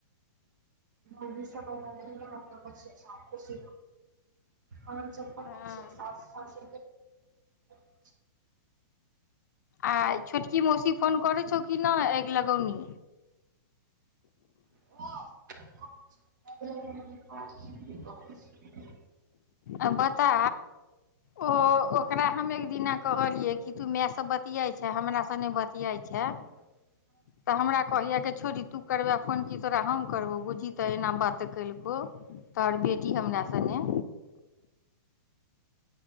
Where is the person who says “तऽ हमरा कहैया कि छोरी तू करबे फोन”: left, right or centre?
Left